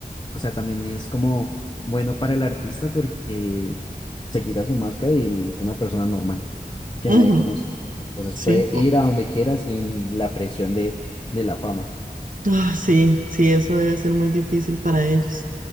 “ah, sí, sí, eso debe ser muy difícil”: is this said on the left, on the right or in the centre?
Right